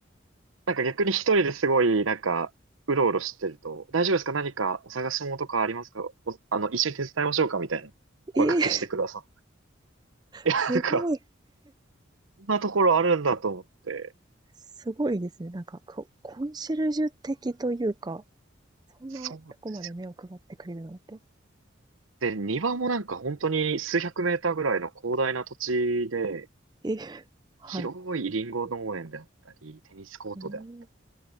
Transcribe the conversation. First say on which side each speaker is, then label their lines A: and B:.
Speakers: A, on the right; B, on the right.
A: なんか逆に一人ですごい、
B: <laughs>
A: なんか、うろうろしてると、大丈夫ですか何かお探し物とかありますかおあの、一緒に手伝いましょうかみたいな声かけしてくださっ
B: ええー、
A: て。<laughs> いや、
B: すごい。
A: なんか、こんなところあるんだと思って。
B: すごいですね。なんか、こコンシェルジュ的というか、そんなとこまで目を配ってくれるなんて。
A: そうなんですよ。で、庭もなんか本当に数百メーターぐらいの広大な土地で、
B: え、<laughs> はい。
A: 広いリンゴ農園であったり、テニスコートであっ
B: うん